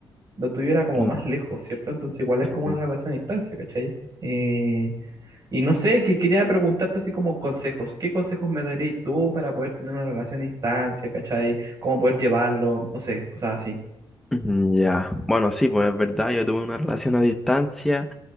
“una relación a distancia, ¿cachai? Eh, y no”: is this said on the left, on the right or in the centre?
Right